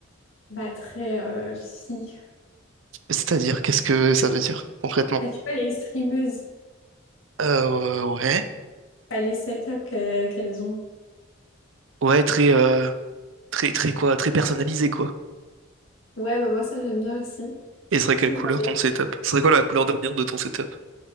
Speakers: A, on the left; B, on the right.
A: Bah, très euh, fille.
B: C'est-à-dire, qu'est-ce que ça veut dire concrètement?
A: Bah, tu vois, les streameuses,
B: Euh, ouais.
A: bah, les setups que- qu'elles ont.
B: Ouais, très. euh, Très, très quoi, très personnalisé, quoi.
A: Ouais, bah, moi, ça, j'aime bien aussi.
B: Et ce serait quelle
A: C'est
B: couleur
A: vrai.
B: ton setup? Ce serait quoi la couleur d'avenir de ton setup?